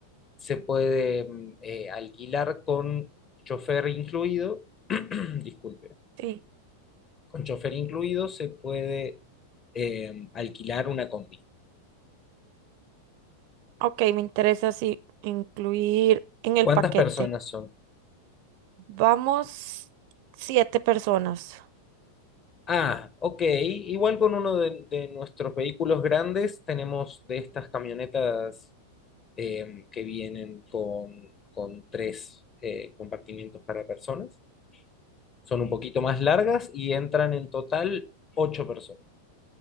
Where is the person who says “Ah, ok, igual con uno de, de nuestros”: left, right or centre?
Left